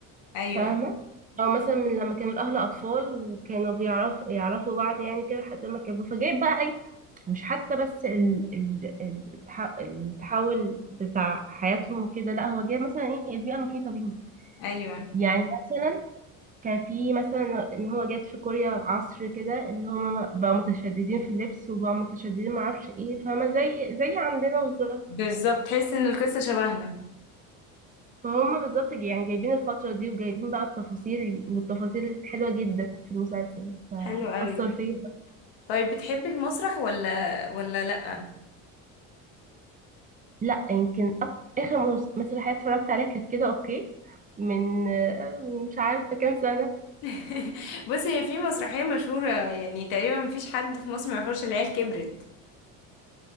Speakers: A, on the left; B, on the right.
A: ايوه
B: فاهمة أو مثلا من لما كانوا الأهل أطفال وكانوا بيعرفوا يعرفوا بعض يعني كده لحد ما كبروا فجايب بقى أي مش حتى بس ال... ال... ال- التح... التحول بتاع حياتهم كده لا هو جايب مثلا إيه البيئة المحيطة بيهم
A: ايوه
B: يعني مثلا كان في مثلا إن هو جات في كوريا عصر كده اللي هم بقوا متشددين في اللبس وبقوا متشددين معرفش إيه فاهمة زي زي عندنا بالظبط
A: بالظبط تحس ان القصه شبهنا
B: ما هم بالظبط جاي- يعني جايبين الفترة دي وجايبين بقى التفاصيل والتفاصيل حلوة جدا في المسلسل فأثر
A: حلو قوي
B: فيا
A: طيب بتحبي المسرح ولا ولا لأ
B: لا يمكن أك... آخر مس- مسرحية اتفرجت عليها كانت كده أوكي من آه، من مش عارفة كام سنة
A: <laughs> بصي هي في مسرحية مشهورة يعني تقريبا مفيش حد في مصر ما يعرفش العيال كبرت